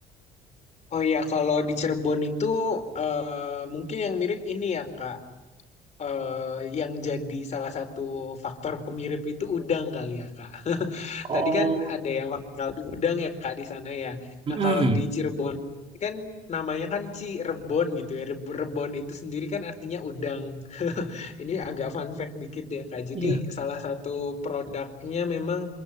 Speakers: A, on the left; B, on the right.
A: Oh iya kalau di Cirebon itu eh, mungkin yang mirip ini ya Kak. Eh, yang jadi salah satu faktor pemirip itu udang kali ya Kak.
B: Oh,
A: Tadi kan ada yang pakai kaldu udang ya Kak di sana ya.
B: Mm-mm.
A: Nah, kalau di Cirebon kan namanya kan Cirebon gitu ya. Reb- Rebon itu sendiri kan artinya udang. <laughs> Ini agak fun fact dikit ya Kak. Jadi
B: Iya.
A: salah satu produknya memang